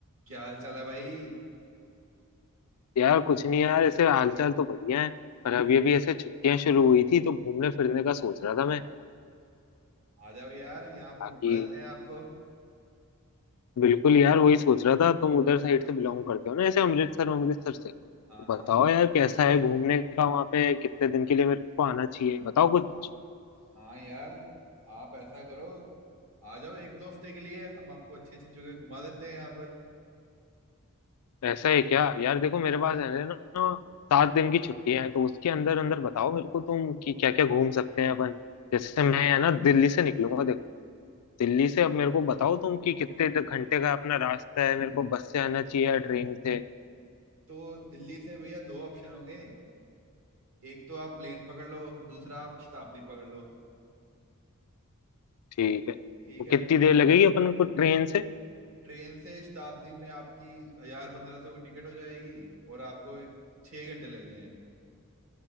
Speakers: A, on the right; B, on the left.
A: क्या हाल चाल है भाई
B: यार कुछ नहीं यार ऐसे हालचाल तो बढ़िया है पर अब ये भी ऐसे छुट्टियां शुरू हुई थी तो घूमने फिरने का सोच रहा था मैं
A: आ जाओ यार यहाँ पर
B: बाकी
A: घुमा देते हैं आपको
B: बिल्कुल यार वही सोच रहा था तुम उधर साइड से बिलोंग करते हो ना ऐसे अमृतसर अमृतसर से तो
A: हाँ हाँ
B: बताओ यार कैसा है घूमने का वहाँ पे कितने दिन के लिए मेरे को आना चाहिए बताओ कुछ
A: हाँ यार आप ऐसा करो आ जाओ एक दो हफ्ते के लिए हम आपको अच्छी अच्छी जगह घुमा देते हैं यहाँ पर
B: ऐसा है क्या यार देखो मेरे पास है ना सात दिन की छुट्टियां हैं तो उसके अंदर अंदर बताओ मेरे को तुम कि क्या क्या घूम सकते हैं अपन जैसे मैं है ना दिल्ली से निकलूंगा दिल्ली से अब मेरे को बताओ तुम कि कितने द- घंटे का अपना रास्ता है मेरे को बस से आना चाहिए या ट्रेन से
A: तो दिल्ली से भैया दो ऑप्शन हो गए एक तो आप प्लेन पकड़ लो दूसरा आप शताब्दी पकड़ लो
B: ठीक है
A: ठीक
B: तो
A: है
B: कितनी देर लगेगी अपन को ट्रेन से
A: ट्रेन से शताब्दी में आपकी हजार पंद्रह सौ की टिकट हो जाएगी और आपको एक छः घंटे लगेंगे